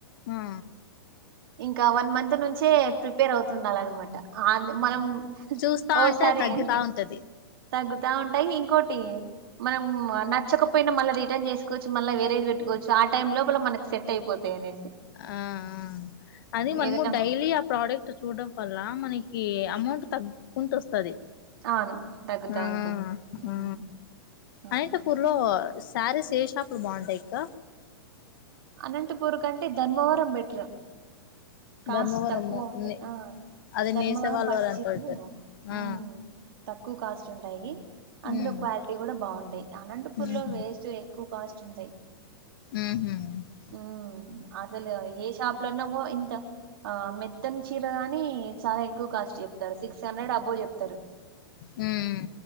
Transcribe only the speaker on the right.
ఇంకా వన్ మంత్ నుంచే ప్రిపేర్ అవుతుండాల అనమాట ఆళ్ళు మనం
ఓ
సరే
అన్న
తగ్గుతా ఉంటయి ఇంకోటి మనం నచ్చకపోయినా మళ్ళీ రిటర్న్ చేస్కోవచ్చు మళ వేరేది పెట్టుకోచ్చు ఆ టైమ్ లోపల మనకు సెట్ అయిపోతాయి అనే
ఏదైనా
అవును తగ్గుతా
ఉంటది ఉమ్
అవును
అనంతపూర్ కంటే ధర్మవరం బెటర్ కాస్ట్
తక్కువ ఉంటాయి
ఆ
ధర్మవరం
పట్టు
చీరలు
హ్మ్
తక్కువ కాస్ట్ ఉంటాయి అందులో
క్వాలిటీ కూడా బాగుంటాయి అనంతపూర్లో
వేస్ట్ ఎక్ ఎక్కు కాస్ట్ ఉంటాయి
హ్మ్ అసలు షాప్లోన పో ఇంత ఆ మెత్ మెత్తని చీర గాని చాలా ఎక్కువ కాస్ట్ చెప్తారు సిక్స్ హండ్రెడ్ ఎబ్బో చెప్తారు